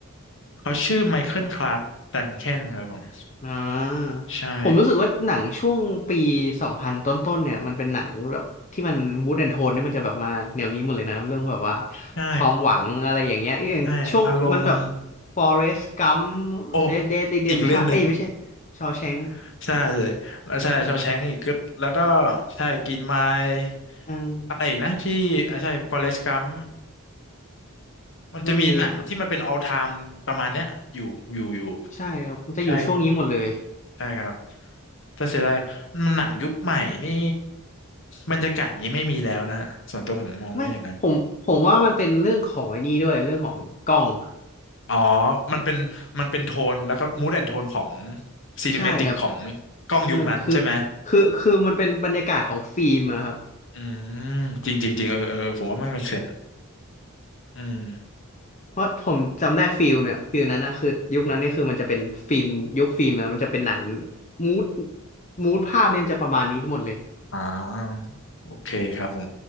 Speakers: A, on the left; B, on the left.
A: เขาชื่อไมเคิลคลาร์กดันเคนครับผม
B: อ่าผมรู้สึกว่าหนังช่วงปีสองพันต้นๆเนี่ยมันเป็นหนังแบบที่มันมูดแอนโทนนี่มันจะแบบมาแนวนี้หมดเลยนะเรื่องแบบว่า
A: ใช่ใช่
B: ความหวังอะไรอย่างเงี้ยอย่างช่วงมันแบบ
A: ใช่อารมณ์
B: Forrest Gump
A: โอ้
B: Red Dead Redemption
A: อีกเรื่องหนึ่ง
B: เอ้ยไม่ใช่ Shawshank
A: <laughs> ใช่เลยแล้วใช่ชาวแชงอีกก็แล้วก็ใช่กินไมล์
B: อืม
A: อะไรอีกนะที่อ่าใช่ฟอเรสต์กัมมันจะมีหนังที่มันเป็น
B: ก็มี
A: all time ประมาณเนี้ยอยู่อยู่อยู่
B: ใช่ครับมันจะอยู่ช่วงนี้หมดเลย
A: ใช่ใช่ครับถ้าเสียดายมันหนังยุคใหม่นี่บรรยากาศอย่างนี้ไม่มีแล้วนะฮะส่วนตัวผมมองว่าอย่างนั้น
B: ไม่ผมผมว่ามันเป็นเรื่องของไอ้นี่ด้วยเรื่องของกล้องอ่ะ
A: อ๋อมันเป็นมันเป็นโทนแล้วก็ mood and tone ของ cinematic
B: ใช่ครับ
A: ของกล้องยุคนั้นใช่ไหม
B: เออคือคือคือมันเป็นบรรยากาศของฟิล์มอะครับ
A: อืมจริงจริงจริงเออเออผมว่ามัน make sense อืม
B: เพราะผมจำได้ฟิลเนี่ยฟิลนั้นนะคือยุคนั้นเนี่ยคือมันจะเป็นฟิล์มยุคฟิล์มนะมันจะเป็นหนังมูดมูดภาพเนี่ยมันจะประมาณนี้ทั้งหมดเลย
A: อ่าโอเคครับผม